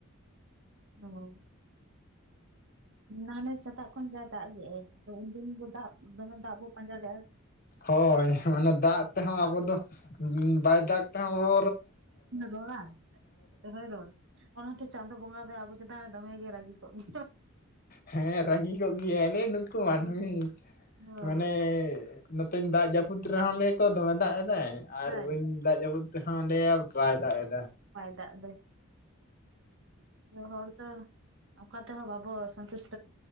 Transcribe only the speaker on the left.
ᱦᱳᱭ ᱢᱟᱱᱮ ᱫᱟᱜ ᱛᱮᱦᱚᱸ ᱟᱵᱚ ᱫᱚ ᱵᱟᱭ ᱫᱟᱜ ᱛᱮᱦᱚᱸ ᱟᱵᱚ
ᱦᱮᱸ ᱨᱟᱹᱜᱤ ᱠᱚᱜ ᱜᱮᱭᱟᱞᱮ ᱱᱩᱠᱩ
ᱢᱟᱹᱱᱢᱤ
ᱢᱟᱱᱮ ᱱᱚᱛᱮᱧ ᱫᱟᱜ ᱡᱟᱹᱯᱩᱫ ᱨᱮᱦᱚᱸ ᱞᱟᱹᱭᱟᱠᱚ ᱫᱚᱢᱮ ᱫᱟᱜ ᱮᱫᱟᱭ ᱟᱨ
ᱵᱟᱹᱧ ᱫᱟᱜ ᱡᱟᱹᱯᱩᱫ ᱛᱮᱦᱚᱸ ᱞᱟᱹᱭᱟ ᱵᱟᱭ ᱫᱟᱜ ᱮᱫᱟ